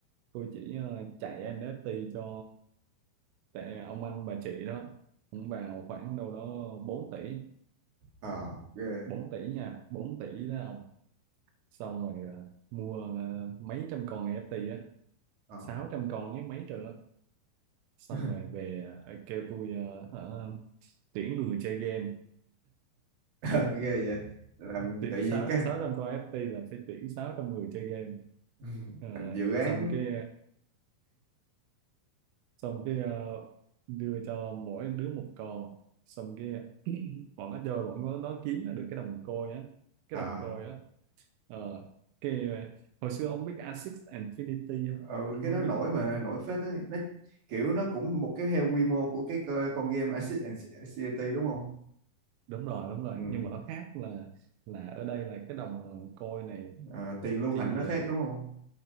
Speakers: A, on the right (about 85°); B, on the right (about 45°).
A: tôi chỉ ờ, chạy NFT cho tại ông anh bà chị đó cũng vào khoảng đâu đó bốn tỷ
B: ờ ghê
A: 4 tỷ nha 4 tỷ đó ông xong rồi ờ, mua ờ, mấy trăm con NFT á
B: ờ
A: 600 con với mấy triệu á. xong
B: <laughs>
A: rồi về ờ, kêu tôi ờ, hả, tuyển người chơi game
B: Ờ, ghê vậy làm
A: tuyển
B: tự nhiên
A: sáu
B: cái
A: sáu trăm con NFT là phải tuyển 600 người chơi game
B: <laughs> Ừ,
A: Ờ,
B: thành dự án
A: xong cái xong cái ờ, đưa cho mỗi đứa một con xong cái bọn nó chơi bọn nó, nó kiếm được cái đồng coin á cái
B: ờ
A: đồng coin á ờ cái hồi xưa ông biết Asics Infinity
B: ờ,
A: không ông
B: cái
A: không
B: đó nổi
A: biết cái đó
B: mà
A: đúng không
B: nổi phết ấy nó kiểu nó cũng một cái theo quy mô của cái co- con game Acid and Anxiety đúng không
A: đúng rồi đúng rồi
B: ừ.
A: nhưng mà nó khác là là ở đây là cái đồng côi này
B: ờ, tiền lưu
A: thì
B: hành nó khác
A: ờ,
B: đúng không